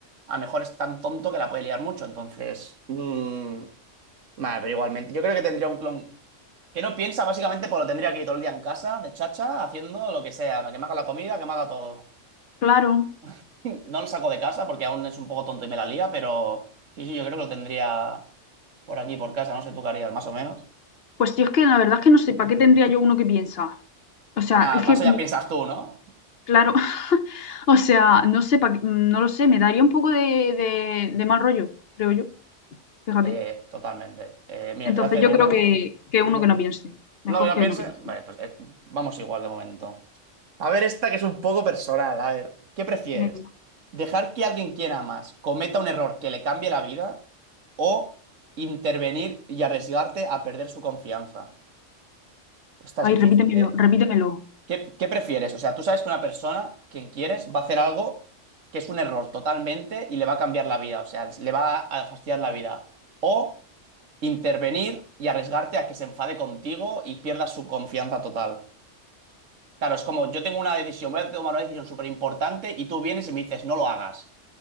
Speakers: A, on the right (about 80°); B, on the left (about 55°).
A: a lo mejor es tan tonto que la puede liar mucho. Entonces. mm, Vale, pero igualmente. Yo creo que tendría un clon. Que no piensa, básicamente, pues lo tendría aquí todo el día en casa, de chacha, haciendo lo que sea, que me haga la comida, que me haga todo.
B: claro.
A: <laughs> No lo saco de casa porque aún es un poco tonto y me la lía, pero sí, sí, yo creo que lo tendría por aquí, por casa, no sé tú qué harías, más o menos.
B: Pues yo es que la verdad es que no sé, ¿para qué tendría yo uno que piensa? O sea,
A: Para nada,
B: es
A: paso
B: que
A: ya piensas tú, ¿no?
B: Claro, <laughs> o sea, no sé, pa- qué- no lo sé, me daría un poco de, de- de mal rollo, creo yo, fíjate.
A: Eh, totalmente. Eh, mira,
B: Entonces
A: te voy a hacer
B: yo
A: uno.
B: creo que, que uno
A: Dime,
B: que
A: dime.
B: no piense, mejor
A: No, yo
B: que
A: piense.
B: no piense.
A: Vale, pues eh, vamos igual de momento. A ver, esta que es un poco personal. A ver, ¿qué prefieres?
B: Venga.
A: ¿Dejar que alguien quiera más cometa un error que le cambie la vida? ¿O intervenir y arriesgarte a perder su confianza? Esta es
B: Ay,
A: difícil,
B: repítemelo,
A: ¿eh?
B: repítemelo.
A: ¿Qué, qué prefieres? O sea, tú sabes que una persona, quien quieres, va a hacer algo que es un error totalmente y le va a cambiar la vida. O sea, le va a fastidiar la vida. O intervenir y arriesgarte a que se enfade contigo y pierdas su confianza total. Claro, es como yo tengo una decisión, voy a tomar una decisión súper importante y tú vienes y me dices, no lo hagas.